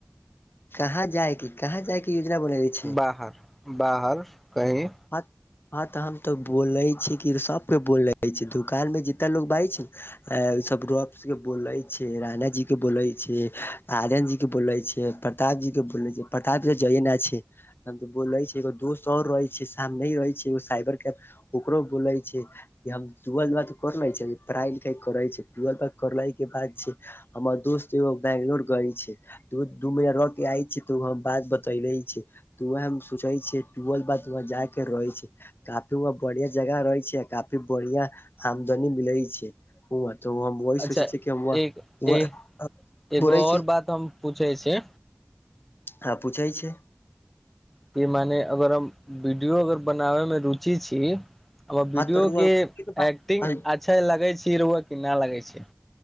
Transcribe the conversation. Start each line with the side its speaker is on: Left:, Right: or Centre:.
Left: कहाँ जायके, कहाँ जायके योजना बनैले छै
Centre: बाहर, बाहर कहीं।
Left: <unintelligible> हां त हम त बोलै छी कि सबके बोलै छी दुकानमे जितना लोग बाजै छैय सब <unintelligible> के बोलै छियै राना जी के बोलै छी, राजन जीके बोलै छियै <unintelligible> प्रताप जीके बोलने छियै, प्रताप जी जबइ ना छैय त बोलै छैय एगो दोस्त और रहय छैय आब नै रहै छैय ओ साइबर के ओकरो बोलै छियै हम टुअल बाद कर लै छैय, पढ़ाइ- लिखाइ करै छैय टूअल तक करलहि के बाद छैय। हमर दोस्त एगो बैंगलोर गइल छैय। त दू महीना रह के आय छै तऽ हम बात बतैने छै। तऽ वैह हम सोचै छियै टूअल बाद वहाँ जाय के रहै छै। काफी व बड़िया जगह रहै छै काफी बड़िया आमदनी मिलै छै। ओ त <unintelligible> वैही
Centre: अच्छा
Left: सोचै छीयै, कि हम वा
Centre: एक
Left: -वाहां
Centre: ए एगो
Left: बोलै
Centre: और
Left: छी।
Centre: बात हम पूछे छै
Left: हां पूछै छै।
Centre: कि मने अगर हम वीडियो अगर बनाने में रुचि छी। आ वीडियो
Left: हँ तोर
Centre: के एक्टिंग अच्छा लगैत छै, रउआ कि ना लगैत छै।